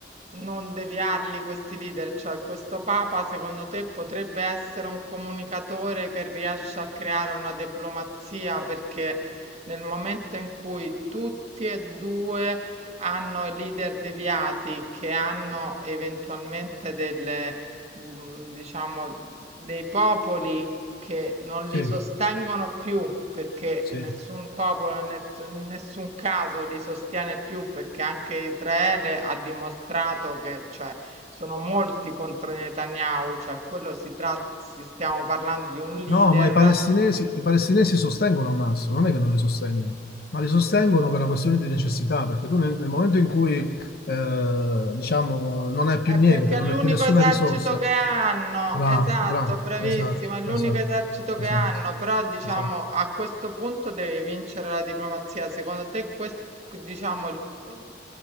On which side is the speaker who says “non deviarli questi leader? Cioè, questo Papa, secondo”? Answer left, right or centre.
Right